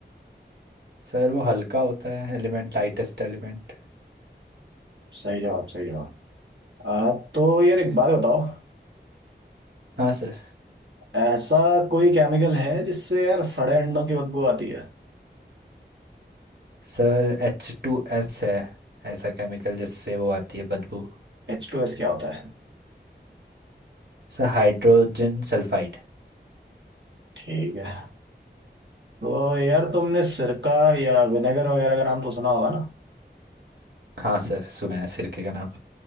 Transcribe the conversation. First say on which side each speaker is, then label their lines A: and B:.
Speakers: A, on the right; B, on the right.
A: सर वो हल्का होता है एलिमेंट लाइटेस्ट एलिमेंट
B: सही जवाब सही जवाब आ, तो यार एक बात बताओ
A: हाँ सर
B: ऐसा कोई केमिकल है जिससे यार सड़े अंडों की बदबू आती है
A: सर एच टू एस है ऐसा केमिकल जिससे वो आती है बदबू
B: एच टू एस क्या होता है
A: Sir hydrogen sulphide
B: ठीक है तो यार तुमने सिरका या विनेगर वगैरह का नाम तो सुना होगा ना
A: हाँ सर सुना है सिरके का नाम